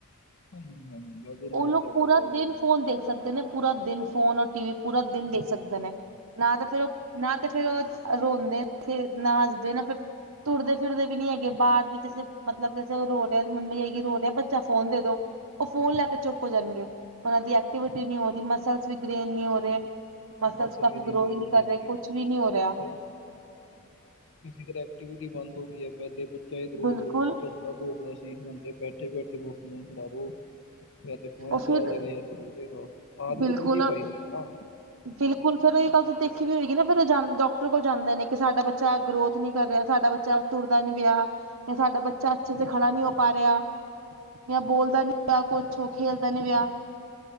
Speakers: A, on the left (about 60°); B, on the right (about 80°).
A: ਹਾਂਜੀ ਹਾਂਜੀ ਅਜ ਰੋਣਾ
B: ਉਹ ਲੋਕ
A: ਚਾਲੂ
B: ਪੂਰਾ
A: ਕਰ
B: ਦਿਨ
A: ਦੇਣਗੇ
B: ਫੋਨ ਦੇਖ ਸਕਦੇ ਨੇ ਪੂਰਾ ਦਿਨ। ਫੋਨ ਔਰ ਟੀ ਵੀ ਪੂਰਾ ਦਿਨ ਦੇਖ ਸਕਦੇ ਨੇ ਨਾ ਤੇ ਫੇਰ ਉਹ ਨਾ ਤੇ ਫੇਿਰ ਉਹ। ਰੋਂਦੇ ਨੇ ਤੇ ਨਾ ਹਸਦੇ ਨਾ ਫਿਰ ਤੁਰਦੇ ਫਿਰਦੇ ਵੀ ਨਹੀਂ ਹੈਗੇ ਬਾਹਰ ਵਿੱਚ ਜ ਮਤਲਬ ਰੋ ਰਿਹਾ ਮੰਮੀ ਜਾ ਰੋ ਰਿਹਾ ਬੱਚਾ ਫੋਨ ਦੇ ਦੋ ਉਹ ਫੋਨ ਲੈ ਕੇ ਚੁੱਪ ਹੋ ਜਾਣਗੇ ਉਹਨਾਂ ਦੀ ਐਕਟੀਵਿਟੀ ਨਹੀਂ ਹੋ ਰਹੀ ਮਸਲ ਵੀ ਗ੍ਰੇਨ ਨਹੀਂ ਹੋ ਰਹੇ। ਮਤਲਬ
A: ਮਸਲ
B: ਕਾਫੀ
A: ਵੀ
B: ਗਰੋ
A: ਗਏ
B: ਹੀ ਨਹੀਂ
A: ਮੇਰੇ
B: ਕਰ ਰਹੇ
A: ਜੀ
B: ਕੁਛ ਵੀ ਨਹੀਂ ਹੋ ਰਿਹਾ
A: ਸਹੀ ਫਿਜ਼ਕਲ ਐਕਟੀਵਿਟੀ ਬੰਦ ਹੋ ਗਈ ਹੈ। ਪਹਿਲੇ ਬੱਚਾ ਗਰੋਹ
B: ਬਿਲਕੁਲ
A: ਗਰੋਹ ਦੌੜਦਾ ਸੀ ਹੁਣ ਤੇ ਬੈਠੇ ਫੋਨ ਫੜਾ ਦੋ। ਜਾਂ ਤੇ ਫੋਨ
B: ਉਹ ਫਿਰ
A: ਚਲਾ ਲੇਗਾ ਤੇ ਜਾਂ ਰੋਲੇਗਾ ਆਾਲਤ
B: ਬਿਲਕੁਲ
A: ਗੰਦੀ ਪਾਈ ਦੀ ਹੈ ਨਾ
B: ਬਿਲਕੁਲ ਫੇਰ ਉਹਹੀ ਗੱਲ ਦੇਖੀ ਵੀ ਹੋਏਗੀ ਨ ਫਿਰ ਜਾਂ ਡਾਕਟਰ ਕੋਲ ਜਾਂਦੇ ਨੇ ਕਿ ਸਾਡਾ ਬੱਚਾ ਗਰੋਥ ਨੀ ਕਰ ਰਿਹਾ ਸਾਡਾ ਬੱਚਾ ਤੁਰਦਾ ਨੀ ਵਿਆਹ ਇਹ ਸਾਡਾ ਬੱਚਾ ਅੱਛੇ ਸ ਖੜਾ ਨਹੀ ਹੋ ਪਾ ਰਿਹਾ ਜਾਂ ਬੋਲਦਾ ਨੀ ਵਿਆਹ ਕੁਛ
A: ਹਾਂਜੀ
B: ਹੋ। ਖੇਲਦਾ ਨੀ ਵਿਆਹ